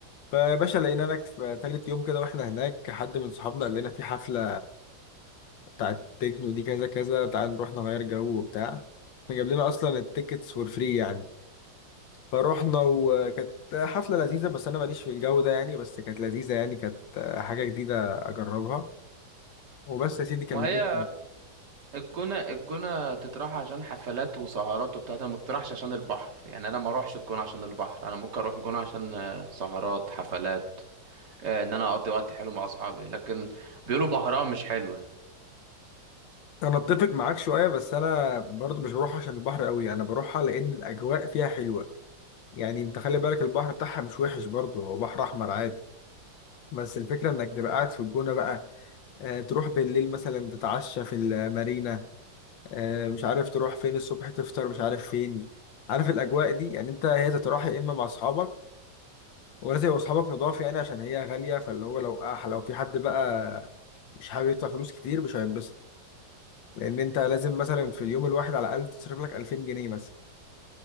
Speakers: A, on the left (about 75°); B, on the right (about 60°).
A: فيا باشا لقينا لك في تالت يوم كده واحنا هناك حد من صحابنا قال لنا في حفلة بتاعت تكنو دي كذا كذا تعال نروح نغير جو وبتاع فجاب لنا أصلا التيكتس فور فري يعني فروحنا وكانت حفلة لذيذة بس أنا ماليش في الجو ده يعني بس كانت لذيذة يعني كانت حاجة جديدة أجربها وبس يا سيدي كملت
B: ما هي الجونة الجونة تطرح عشان حفلات وسهرات وبتاع ده ما تطرحش عشان البحر يعني انا ما اروحش الجونة عشان البحر انا ممكن اروح الجونة عشان آه، سهرات حفلات آه، ان انا اقضي وقت حلو مع اصحابي لكن بيقولوا بحرها مش حلوة
A: انا اتفق معاك شويه بس انا برضو مش بروح عشان البحر قوي انا بروحها لان الاجواء فيها حلوه يعني انت خلي بالك البحر بتاعها مش وحش برضو هو بحر احمر عادي بس الفكره انك تبقى قاعد في الجونه بقى آه تروح بالليل مثلا تتعشى في المارينا آه مش عارف تروح فين الصبح تفطر مش عارف فين عارف الاجواء دي يعني انت هي تروح يا اما مع اصحابك ولازم يبقوا اصحابك نضاف يعني عشان هي غاليه فاللي هو لو آه لو في حد بقى مش حابب يدفع فلوس كتير مش هينبسط لان انت لازم مثلا في اليوم الواحد على الاقل تصرف لك 2000 جنيه مثلا